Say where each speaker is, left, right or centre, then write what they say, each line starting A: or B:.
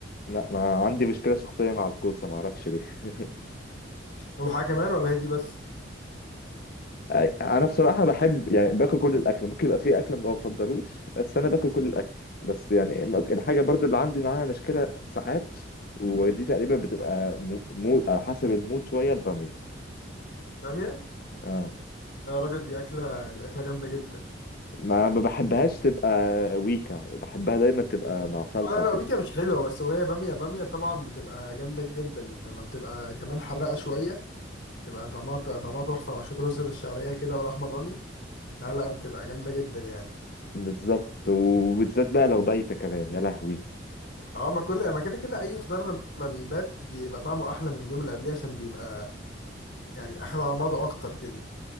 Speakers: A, on the left; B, on the left.
A: لا ما عندي مشكله شخصيه مع الكوسه ما اعرفش ليه <laughs>
B: هو حاجه كمان ولا هي دي بس
A: انا بصراحه بحب يعني باكل كل الاكل ممكن يبقى في اكل ما بفضلوش بس انا باكل كل الاكل بس يعني الحاجه برضو اللي عندي معاها مشكله ساعات ودي تقريبا بتبقى مو- مود على حسب المود شويه الباميه
B: باميه
A: اه
B: لا يا راجل دي اكله دي اكله جامده جدا
A: ما ما بحبهاش تبقى ويكا بحبها دايما تبقى مع صلصه
B: آه، لا
A: وكده
B: لا ويكا مش حلوة بس وهي بامية بامية طبعا بتبقى جامدة جدا لما بتبقى كمان حرقة شوية تبقى طعمها طعمها تحفة مع شوية رز بالشعرية كده والأحمر ضاني لا لا بتبقى جامدة جدا يعني
A: بالظبط وبالذات بقى لو بايته كمان يا لهوي
B: اه ما كل ما كده كده أي خضار لما بيبات بيبقى طعمه أحلى من اليوم اللي قبليه عشان بيبقى يعني أخد على بعضه أكتر كده